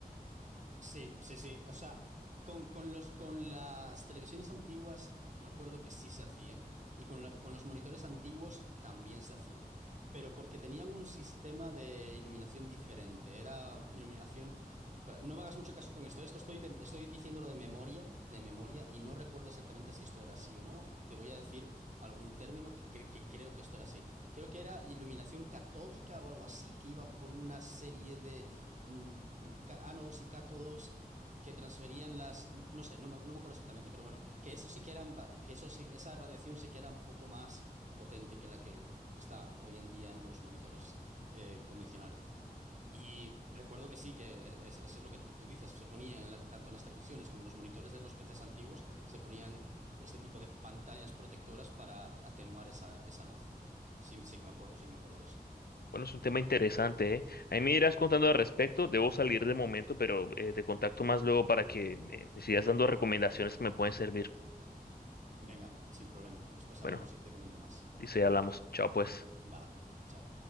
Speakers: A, on the right (about 50°); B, on the left (about 80°).
A: Sí, sí, sí. O sea, con, con los, con las televisiones antiguas recuerdo que sí se hacía y con, la- con los monitores antiguos también se hacía, pero porque tenían un sistema de iluminación diferente. Era iluminación... Bueno, No me hagas mucho caso con esto. Esto estoy, de- estoy diciéndolo de memoria, de memoria, y no recuerdo exactamente si esto era así o no. Te voy a decir algún término que, cre- que creo que esto era así. Creo que era iluminación catódica o algo así, que iba por una serie de mm, ca- ánodos y cátodos que transferían las, no no sé, no me, no me acuerdo exactamente, pero bueno, que eso sí que eran, ba- que eso sí, esa radiación sí que era un poco más potente que la que está hoy en día en los monitores eh, convencionales. Y recuerdo que sí, que e, e, es- eso es lo que tú tú dices, se ponía en la- tanto en las televisiones como en los monitores de los PCs antiguos, se ponían este tipo de pantallas protectoras para atenuar esa, esa luz. Sí, sí que me acuerdo, sí que me acuerdo de eso.
B: Bueno, es un tema interesante, ¿eh? Ahí me irás contando al respecto. Debo salir de momento, pero eh, te contacto más luego para que me me sigas dando recomendaciones que me pueden servir.
A: Venga, sin problema. Después hablamos
B: Bueno,
A: y te comento más.
B: dice, hablamos. Chao, pues.
A: Va. chao.